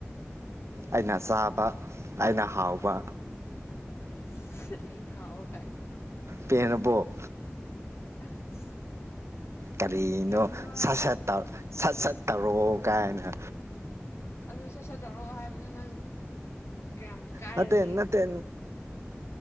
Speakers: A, on the right; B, on the left.
A: ꯑꯩꯅ ꯆꯥꯕ ꯑꯩꯅ ꯍꯥꯎꯕ
B: ꯑꯁ ꯑꯩꯅ ꯍꯥꯎꯕ ꯀꯥꯏ
A: ꯄꯦꯜꯂꯕꯣ
B: ꯑꯁ ꯑꯁ
A: ꯀꯔꯤꯅꯣ
B: ꯌꯥꯝ ꯋꯥ
A: ꯁꯠ ꯁꯠ ꯇꯧ ꯁꯠ ꯁꯠ ꯇꯧꯔꯛꯑꯣ ꯒꯥꯏꯅ
B: ꯑꯗꯨ ꯁꯠ ꯁꯠ ꯇꯧꯔꯛꯑꯣ ꯍꯥꯏꯕꯗꯣ ꯅꯪ ꯀꯌꯥꯝ ꯀꯥꯏꯔꯒꯦ
A: ꯅꯠꯇꯦ ꯅꯠꯇꯦ